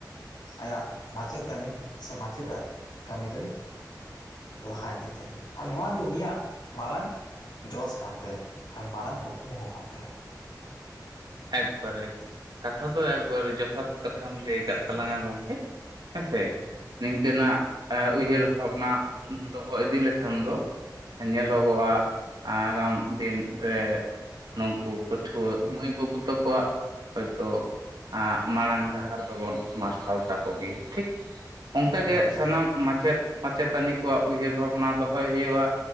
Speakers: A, on the left; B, on the right.
A: ᱟᱭᱟᱜ ᱢᱟᱪᱮᱛᱟᱹᱱᱤ ᱥᱮ ᱢᱟᱪᱮᱫᱟᱜ ᱠᱟᱹᱢᱤ ᱫᱚᱭ ᱞᱟᱦᱟ ᱤᱫᱤ ᱛᱟᱭᱟ ᱟᱨ ᱱᱚᱣᱟ ᱜᱮ ᱩᱱᱤᱭᱟᱜ ᱢᱟᱨᱟᱝ ᱡᱚᱥ ᱠᱟᱱ ᱛᱟᱭᱟ ᱟᱨ ᱢᱟᱨᱟᱝ ᱠᱩᱠᱢᱩ ᱦᱚᱸ ᱠᱟᱱ ᱛᱟᱭᱟ
B: ᱮᱠ ᱵᱟᱨᱮ ᱠᱟᱛᱷᱟ ᱫᱚ ᱮᱠᱵᱟᱨᱮ ᱡᱚᱛᱷᱟᱛ ᱠᱟᱛᱷᱟᱢ ᱞᱟᱹᱭ ᱟᱠᱟᱫ
A: ᱦᱮᱸ
B: ᱛᱟᱞᱟᱝᱟ ᱜᱚᱢᱠᱮ ᱦᱮᱸ ᱥᱮ ᱱᱤᱝᱠᱟᱹ ᱱᱟᱜ ᱩᱭᱦᱟᱹᱨ ᱵᱷᱟᱵᱽᱱᱟ ᱫᱚᱦᱚ ᱤᱫᱤ ᱞᱮᱠᱷᱟᱱ ᱫᱚ ᱧᱮᱞᱚᱜᱚᱜᱼᱟ ᱟᱜᱟᱢ ᱫᱤᱱ ᱨᱮ ᱱᱩᱠᱩ ᱯᱟᱹᱴᱷᱩᱣᱟᱹ ᱢᱟᱹᱭ ᱵᱟᱹᱵᱩ ᱛᱟ ᱠᱚᱣᱟᱜ ᱦᱚᱭ ᱛᱳ ᱢᱟᱲᱟᱝ ᱰᱟᱦᱟᱨ ᱫᱚ ᱵᱚᱱ ᱢᱟᱨᱥᱟᱞ ᱛᱟᱠᱚ ᱜᱮ ᱴᱷᱤᱠ, ᱚᱱᱠᱟ
A: ᱦᱳᱭ
B: ᱜᱮ
A: ᱦᱳᱭ
B: ᱥᱟᱱᱟᱢ ᱢᱟᱪᱮᱫ ᱢᱟᱪᱮᱛᱟᱹᱱᱤ ᱠᱚᱣᱟᱜ ᱩᱭᱦᱟᱹᱨ ᱵᱷᱟᱵᱽᱱᱟ ᱫᱚᱦᱚᱭ ᱦᱩᱭᱩᱜᱼᱟ